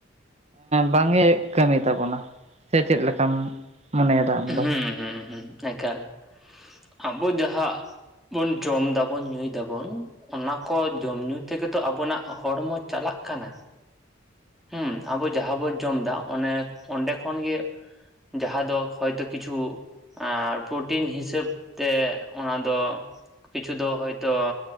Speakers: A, on the right; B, in the centre.
A: ᱵᱟᱝᱜᱮ ᱠᱟᱹᱢᱤ ᱛᱟᱵᱚᱱᱟ ᱥᱮ ᱪᱮᱫ ᱞᱮᱠᱟᱢ ᱢᱚᱱᱮᱭᱮᱫᱟ ᱟᱢ ᱫᱚ?
B: ᱦᱩᱸ ᱦᱩᱸ ᱮᱠᱟᱞ ᱟᱵᱚ ᱡᱟᱦᱟᱸ ᱵᱚᱱ ᱡᱚᱢ ᱫᱟᱵᱚᱱ ᱧᱩᱭ ᱫᱟᱵᱚᱱ ᱚᱱᱟ ᱠᱚ ᱡᱚᱢ ᱧᱩ ᱛᱮᱜᱮᱛᱚ ᱟᱵᱚᱱᱟᱜ ᱦᱚᱲᱢᱚ ᱪᱟᱞᱟᱜ ᱠᱟᱱᱟ ᱦᱮᱸ ᱟᱵᱚ ᱡᱟᱦᱟᱸ ᱵᱚᱱ ᱡᱚᱢ ᱮᱫᱟ ᱚᱱᱮ ᱚᱸᱰᱮ ᱠᱷᱚᱱᱜᱮ ᱡᱟᱦᱟᱸ ᱫᱚ ᱦᱚᱭᱛᱳ ᱠᱤᱪᱷᱩ ᱟᱨ ᱯᱨᱚᱴᱤᱱ ᱦᱤᱥᱟᱹᱵ ᱛᱮ ᱚᱱᱟ ᱫᱚ ᱠᱤᱪᱷᱩ ᱫᱚ ᱦᱚᱭᱛᱳ